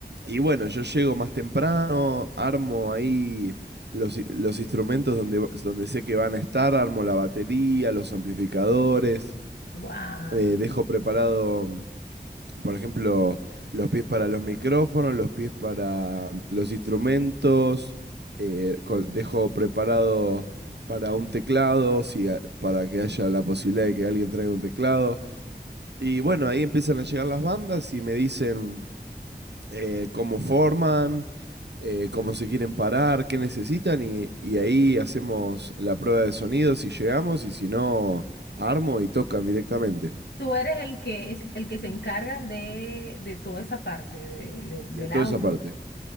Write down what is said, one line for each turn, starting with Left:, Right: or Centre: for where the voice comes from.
Right: y bueno, yo llego más temprano, armo ahí los, i- los instrumentos donde, donde sé que van a estar, armo la batería, los amplificadores,
Left: Wow.
Right: eh, dejo preparado por ejemplo, los pies para los micrófonos, los pies para mm, los instrumentos, eh, col- dejo preparado para un teclado, si a- para que haya la posibilidad de que alguien traiga un teclado. Y bueno, ahí empiezan a llegar las bandas y me dicen eh, cómo forman, eh, cómo se quieren parar, qué necesitan y, y ahí hacemos la prueba de sonido si llegamos y si no, armo y tocan directamente.
Left: Tú eres el que es el que se encarga de, de toda esa parte de- de- del
Right: De toda
Left: aula,
Right: esa parte.
Left: ¿no?